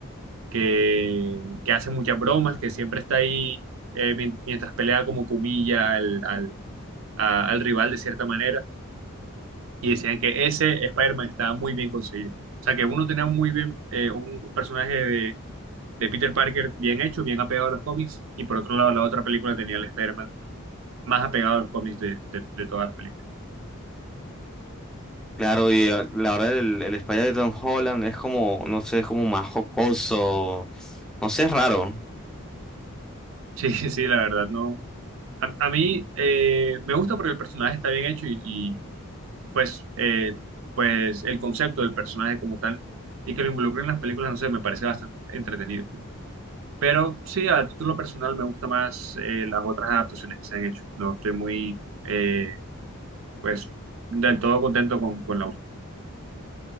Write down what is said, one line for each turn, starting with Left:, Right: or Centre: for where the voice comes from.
Right: que, que hace muchas bromas, que siempre está ahí eh, mien- mientras pelea como comilla al, al, a- al rival de cierta manera. Y decían que ese Spider-Man estaba muy bien conseguido. O sea, que uno tenía muy bien eh, un, un personaje de, de Peter Parker bien hecho, bien apegado a los cómics, y por otro lado la otra película tenía el spider más apegado a los cómics de, de, de todas las películas.
Centre: Claro, y eh, la verdad el, el Spider de Tom Holland es como, no sé, es como más jocoso, No sé, es raro.
Right: Sí, <laughs> sí, la verdad, no. A, a mí eh, me gusta porque el personaje está bien hecho y, y, pues, eh, pues el concepto del personaje como tal y que lo involucren en las películas, no sé, me parece bastante entretenido. Pero sí, a título personal me gusta más eh, las otras adaptaciones que se han hecho. No estoy muy, eh, pues, del todo contento con, con la última.